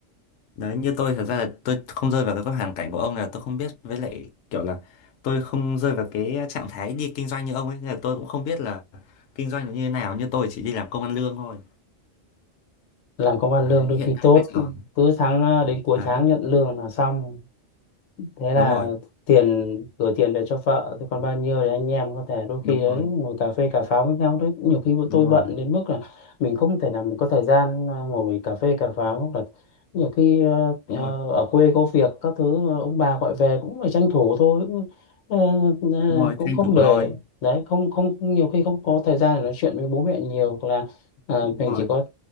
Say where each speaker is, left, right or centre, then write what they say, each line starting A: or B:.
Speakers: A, on the left; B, on the left.
A: đấy như tôi thật ra là tôi không rơi vào cái hoàn cảnh của ông là tôi không biết với lại kiểu là tôi không rơi vào cái trạng thái đi kinh doanh như ông ấy nên là tôi cũng không biết là kinh doanh như thế nào như tôi chỉ đi làm công ăn lương thôi
B: Làm công ăn
A: đấy
B: lương
A: hiện
B: đôi khi
A: tại
B: tốt
A: bây giờ
B: cứ tháng ờ, đến cuối
A: đấy
B: tháng nhận lương là xong thế là
A: đúng rồi
B: tiền gửi tiền về cho vợ thế còn bao nhiêu thì anh em có thể đôi
A: đúng
B: khi đấy
A: rồi
B: ngồi cà phê cà pháo với nhau đấy nhiều khi bọn
A: đúng
B: tôi
A: rồi
B: bận đến mức là mình không thể nào mình có thời gian à, ngồi cà phê cà pháo hoặc là nhiều khi ờ, ờ,
A: đúng rồi
B: ở quê có việc các thứ ờ, ông bà gọi về cũng phải tranh thủ thôi cũng, ờ, ờ,
A: đúng rồi
B: cũng
A: tranh
B: không
A: thủ
B: để
A: rồi
B: đấy không không nhiều khi không có thời gian để nói chuyện với bố mẹ nhiều hoặc là ờ,
A: đúng
B: mình
A: rồi
B: chỉ có